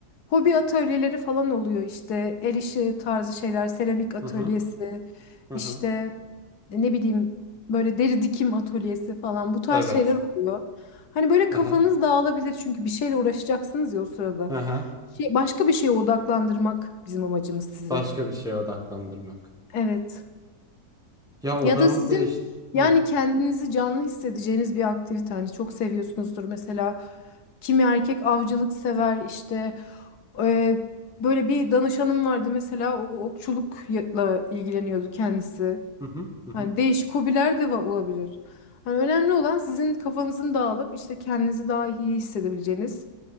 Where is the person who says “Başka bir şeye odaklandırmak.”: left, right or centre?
Centre